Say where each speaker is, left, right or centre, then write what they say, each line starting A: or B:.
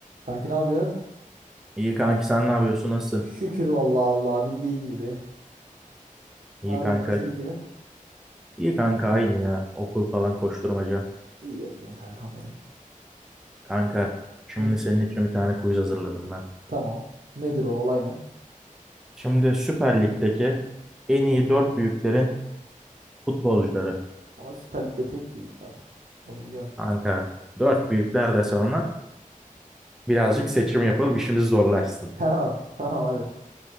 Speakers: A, on the right; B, in the centre.
A: Kanki ne yapıyorsun?
B: İyi kanki sen ne yapıyorsun? Nasılsın?
A: Şükür vallahi Allah bildiğin gibi.
B: İyi
A: Ne yapıyorsun?
B: kanka.
A: Nasıl gidiyor?
B: İyi kanka aynı ya. Okul falan koşturmaca.
A: İyi yapıyorsun kankam benim.
B: Kanka şimdi
A: Hı,
B: senin için bir tane quiz hazırladım ben.
A: tamam. Nedir o olay ne?
B: Şimdi Süper Lig'deki en iyi dört büyüklerin futbolcuları.
A: Ama Süper Lig'de tek büyük var. Bunu biliyorsun.
B: Kanka dört büyükler de sonra birazcık seçim yapalım işimiz zorlaşsın.
A: <laughs> Tamam. Tamam hadi.